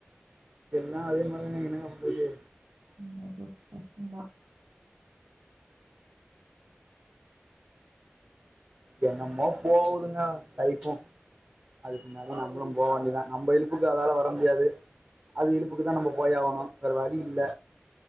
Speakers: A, on the right; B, on the right.
A: எல்லா அதே மாரிதாங்க என்னங்க பண்றது
B: ஆமா ப்ரோ கஷ்டந்தா
A: என்னம்மோ போவுதுங்க லைஃபு அதுக்கு பின்னாடி நம்மளு போக வேண்டியதா நம்ம இழுப்புக்கு அதால வர முடியாது அது இழுப்புக்கு தா நம்ம போய் ஆவனு வேற வழி இல்ல